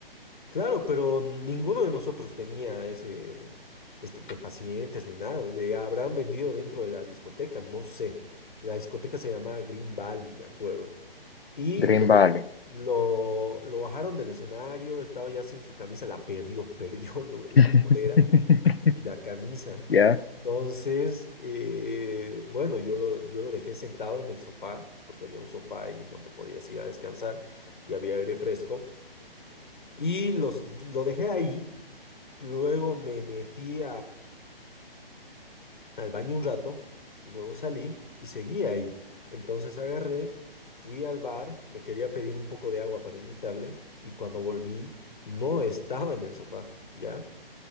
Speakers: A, on the left; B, on the left.
A: Claro, pero ninguno de nosotros tenía ese estupefacientes ni nada. Le habrán vendido dentro de la discoteca, no sé. La discoteca se llamaba Green Valley, me acuerdo. Y
B: Green
A: bueno,
B: Valley.
A: lo, lo bajaron del escenario, estaba ya sin su camisa, la perdió, <laughs> perdió lo- la
B: <laughs>
A: polera y la camisa.
B: ¿Ya?
A: Entonces, eh, bueno, yo lo, yo lo dejé sentado en el sofá, porque había un sofá ahí donde podías ir a descansar y había aire fresco. Y los, lo dejé ahí, luego me metí al baño un rato, luego salí y seguí ahí. Entonces agarré, fui al bar, me quería pedir un poco de agua para invitarle y cuando volví no estaba en el sofá, ¿ya?